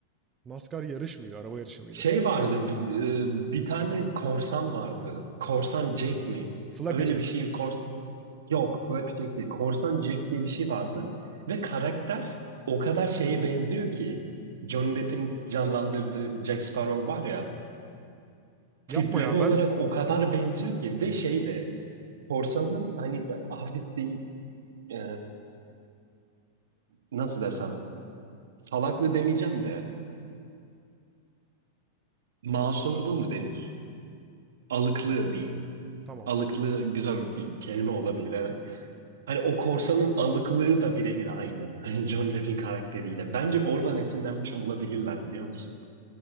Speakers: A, on the right (about 20°); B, on the right (about 80°).
A: NASCAR yarış mıydı? Araba yarışı mıydı?
B: Şey vardı. bi- e, Bir tane korsan vardı. Korsan Jack mi?
A: Flappy
B: Öyle
A: Jack.
B: bir şey. Kors Yok, Flappy Jack değil. Korsan Jack diye bir şey vardı. Ve karakter o kadar şeye benziyor ki. Johnny Depp'in canlandırdığı Jack Sparrow var ya.
A: Yapma
B: Tipleme
A: ya
B: olarak
A: ben.
B: o kadar benziyor ki. Ve şey de. Korsanın hani hafif bir e, nasıl desem salaklığı demeyeceğim de masumluğu mu denir? Alıklığı diyeyim.
A: Tamam.
B: Alıklığı güzel bir kelime olabilir evet. Hani o korsanın alıklığı da birebir aynı. <laughs> Hani John Depp'in karakteriyle. Bence oradan esinlenmiş olabilirler biliyor musun?